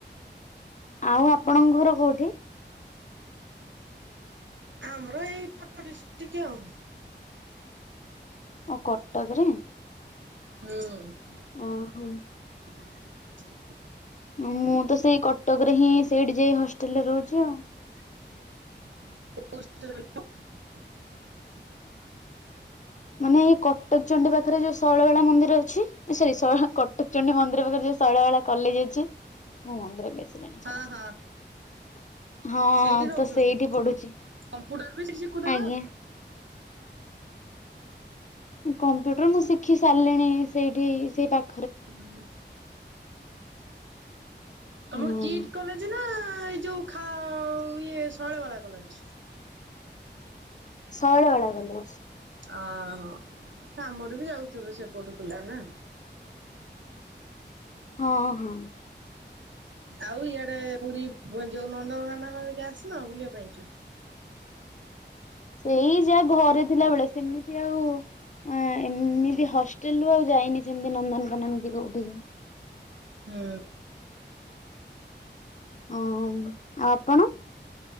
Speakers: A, on the left; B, on the right.
A: ଆଉ ଆପଣଙ୍କ ଘର କୋଉଠି?
B: ଆମର ଏଇ କଟକ ଡିଷ୍ଟ୍ରିକ୍ ଆଉ।
A: ଓ କଟକରେ।
B: ହୁଁ।
A: ଅହୋ।
B: <unintelligible>
A: ମୁଁ ତ ସେଇ କଟକ ରେ ହିଁ ସେଇଠି ଯାଇ ହଷ୍ଟେଲରେ ରହୁଛି ଆଉ।
B: କଉ ହଷ୍ଟେଲ କଇଲ?
A: ମାନେ ଏ କଟକ ଚଣ୍ଡୀ ପାଖରେ ଯୋଉ ଶୈଳବାଳା ମନ୍ଦିର ଅଛି ଏ ସରି ସ କଟକ ଚଣ୍ଡୀ ମନ୍ଦିର ପାଖରେ ଯ ଶୌଳବାଳା କଲେଜ ଅଛି ମୁଁ ମନ୍ଦିର କହି ସାରିଲିଣି
B: ହଁ
A: ଛାଡ।
B: ହଁ।
A: ହଁ
B: ସେଇଠି ରହୁଛନ୍ତି।
A: ତ ସେଇଠି ପଢୁଛି
B: କମ୍ପୁଟର ବି ସେଠି ଶିଖୁଥିବେ
A: ଆଜ୍ଞା।
B: ଆଉ।
A: <inaudible> କମ୍ପ୍ୟୁଟର ମୁଁ ଶିଖି ସାରଲିଣି ସେଇଠି ସେଇ ପା
B: ହୁଁ। ତମର
A: ହଁ
B: କିଟ କଲେଜ ନା ଏଇ ଯୋଉ ଖା ଇଏ ଶୈଳବାଳା କଲେଜ୍‌।
A: ଶୌଳବାଳା କଲେଜ୍‌।
B: ଅହୋ ଆମର ବି ଯାଉଥିବେ ସେପଟୁ ପିଲା ନା।
A: <inaudible> ହଁ ହଁ।
B: ଆଉ ଇଆଡେ ପୁରୀ ଯୋଉ ନନ୍ଦନକାନନ ରିକା ଆସିବ ବୁଲିବା ପାଇଁକି।
A: ସେଇ ଯାହା ଘରେ ଥିଲା ବଳେ ସେମିତି ଆଉ ଏମିତି ହଷ୍ଟେଲ ରୁ ଆଉ ଯାଇନି ସେମିତି ନନ୍ଦନକାନନ କି କୋଉଠିକି?
B: ହୁଁ।
A: ହଁ ଆଉ ଆପଣ।